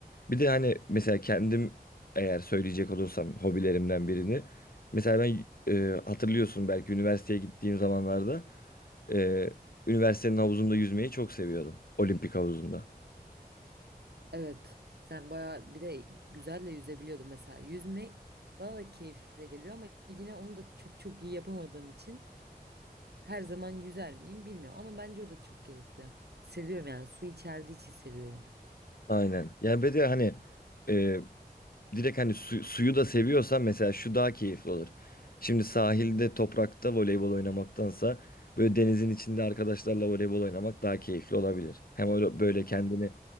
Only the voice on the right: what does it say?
Evet. Sen bayağı bir de güzel de yüzebiliyordun mesela. Yüzme bana da keyifli geliyor ama yine onu da çok çok iyi yapamadığım için her zaman yüzer miyim bilmiyorum ama bence o da çok keyifli. Seviyorum yani su içerdiği için seviyorum.